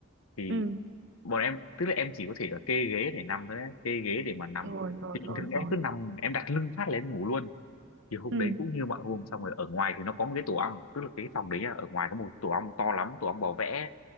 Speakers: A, on the left; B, on the right.
A: thì
B: ừ
A: bọn em tức là em chỉ có thể là kê ghế để nằm thôi ấy, kê ghế để mà nằm
B: rồi rồi
A: thì bình
B: rồi
A: thường em
B: rồi
A: cứ nằm em đặt lưng phát là em ngủ luôn thì hôm
B: ừ
A: đấy cũng như mọi hôm xong rồi ở ngoài thì nó có một cái tổ ong tức là cái phòng đấy là ở ngoài có một tổ ong to lắm tổ ong bò vẽ